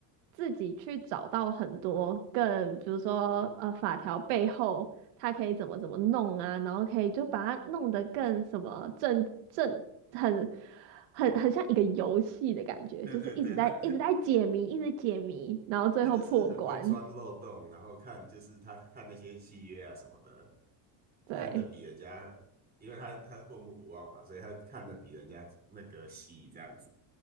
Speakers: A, on the right (about 80°); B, on the right (about 20°).
A: 自己去找到很多更，比如说呃法条背后他可以怎么怎么弄啊，然后可以就把它弄得更什么正正很很很像一个游戏的感觉，
B: 对对对，
A: 就是一直在一直在解谜，
B: 他
A: 一直解谜，然后最后破关。
B: <laughs> 他就是很会钻漏洞，然后看就是他看那些契约啊什么的，
A: 对，
B: 看的比人家，因为他他过目不忘嘛，所以他看的比人家那个细这样子。